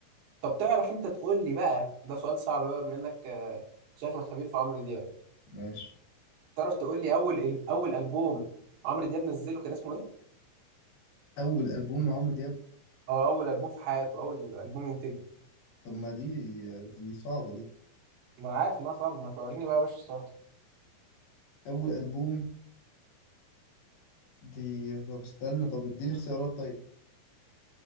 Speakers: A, on the right; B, on the left.
A: طب تعرف انت تقول لي بقى ده سؤال صعب بقى بما انك آه، شكلك خبير في عمرو دياب
B: ماشي
A: تعرف تقول لي اول ال- اول البوم عمرو دياب نزله كان اسمه ايه
B: أول ألبوم لعمرو دياب
A: او اول البوم في حياته اول البوم ينتجه
B: طب ما دي دي صعبة دي
A: ما انا عارف انها صعبه ما توريني بقى يا باشا السؤال ده.
B: أول ألبوم دي طب استنى طب اديني اختيارات طيب